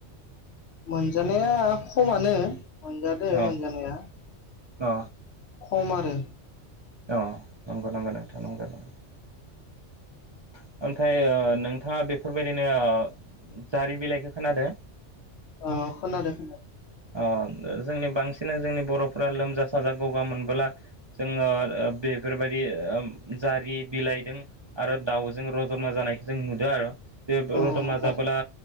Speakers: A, on the left; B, on the right.
A: मोनजानाया खमानो मोनजादो
B: औ
A: मोनजानाया।
B: अ।
A: खम आरो।
B: अ नंगौ नंगौ नोंथां नंगौ नंगौ। ओमफ्राय ओ नोंथाङा बेफोरबायदिनो ओ जारि बिलाइखौ खोनादों?
A: अ खोनादों खोनादो।
B: अ जोंनि बांसिन जोंनि बर'फ्रा लोमजा साजा गगा मोनबोला जोङो ओ बेफोरबायदि ओम जारि बिलाइदों आरो दाउजों रदबना जानायखौ जों नुदों। आर' बे
A: औ
B: रदबना
A: नोंथां
B: जाबोला